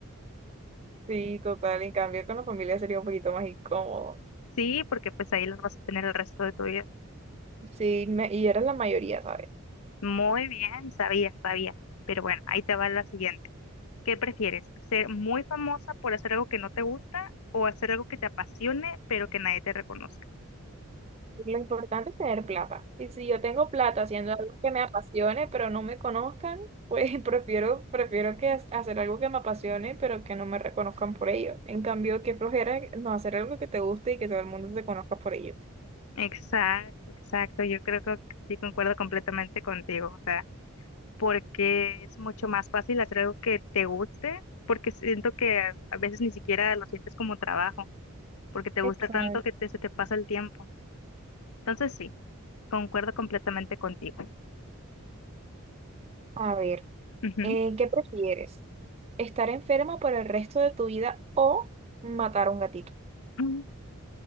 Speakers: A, on the right (about 30°); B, on the left (about 80°).
A: Sí, total. En cambio, con la familia sería un poquito más incómodo.
B: Sí, porque pues ahí los vas a tener el resto de tu vida.
A: Sí, me- y eres la mayoría, ¿sabes?
B: Muy bien, sabía, sabía, pero bueno, ahí te va la siguiente. ¿Qué prefieres? ¿Ser muy famosa por hacer algo que no te gusta o hacer algo que te apasione pero que nadie te reconozca?
A: Lo importante es tener plata. Y si yo tengo plata haciendo algo que me apasione, pero no me conozcan, pues <laughs> prefiero, prefiero que ha- hacer algo que me apasione, pero que no me reconozcan por ello. En cambio, qué flojera no hacer algo que te guste y que todo el mundo te conozca por ello.
B: Exacto, exacto. Yo creo que sí concuerdo completamente contigo. O sea, porque es mucho más fácil hacer algo que te guste, porque siento que a veces ni siquiera lo sientes como trabajo, porque te gusta
A: Exacto.
B: tanto que te- se te pasa el tiempo. Entonces sí, concuerdo completamente contigo.
A: A ver,
B: Ujú.
A: eh,
B: <laughs>
A: ¿qué prefieres? ¿Estar enferma por el resto de tu vida o matar a un gatito?
B: Mm,